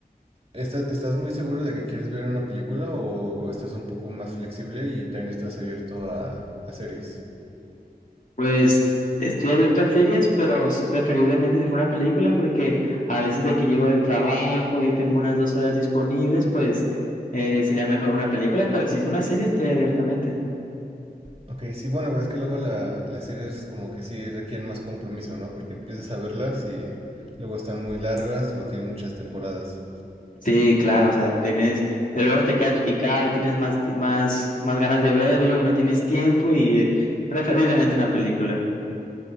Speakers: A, on the right; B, on the left.
A: ¿estás, estás muy seguro de que quieres ver una película o, o estás un poco más flexible y también estás abierto a, a series?
B: Pues estoy abierto a series, pero s- preferiblemente si fue una película porque a veces de que llego del trabajo y tengo unas dos horas disponibles, pues eh, sería mejor una película, pero si es una serie estoy abiertamente.
A: Ok, sí, bueno, pues es que luego la- las series como que sí requieren más compromiso, ¿no? Porque empiezas a verlas y luego están muy largas o tienen muchas temporadas.
B: Sí, claro, o sea, tienes, de luego te quedas picado y tienes más, ti- más, más ganas de verlo y no tienes tiempo y eh, preferiblemente una película.